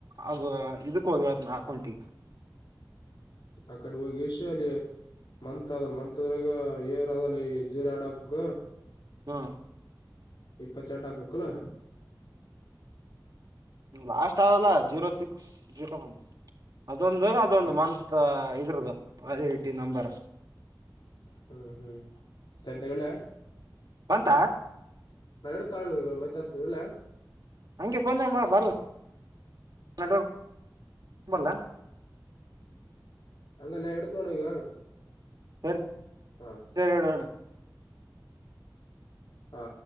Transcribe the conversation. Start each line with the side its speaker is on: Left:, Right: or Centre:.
Right: ಅದು ಇದಕ್ ಹೋಗ ಹೇಳ್ತಿನಿ ಅಕೌಂಟಿಗಿ
Left: ಅಕೌಂಟಿಗ್ ಹೋಗಿಸಿಯಲ್ಲಿ ಮಂತ್ ಅದಲ್ ಮಂತ್ದ್ರಗ ಏರ್ದಲ್ಲ ಈ ಜೀರ ಆಡಪ್ಗ
Right: ಹಾ
Left: ಇಪ್ಪತ್ತೆಂಟ ಆಕ್ಬೇಕಿಲ್ಲ
Right: ಲಾಸ್ಟ್ ಆದಲ್ಲ ಜೀರೋ ಸಿಕ್ಸ್ ಜೀರೋ ನೈನ್ ಅದೂಂದು ಅದೊಂದು
Left: ಅದ್
Right: ಮಂತ್ ಇದ್ರದು ವಾಲಿಡಿಟಿ ನಂಬರ್
Left: ಹ್ಮ್ ಹ್ಮ್ ಸರಿ ತಗೋ ಇಡ್ಲಾ
Right: ಬಂತಾ
Left: ನಾ ಇಡ್ತಿ ತಾಳು ಮತ್ತು ಹಚ್ಚತಿನಿ ಇಡ್ಲಾ
Right: ಹಂಗೆ ಫೋನ್ ನ ಬರ್ಲ ನೆಟ್ವರ್ಕ್ ಬರಲೇನ
Left: ಅಂಗಲ್ಲಾ ಇಡುತ್ತಿನಿ ನೋಡಿ ಈಗ
Right: ಸರಿ
Left: ಹಾ
Right: ಸರಿ ಇಡುಡು
Left: ಹಾ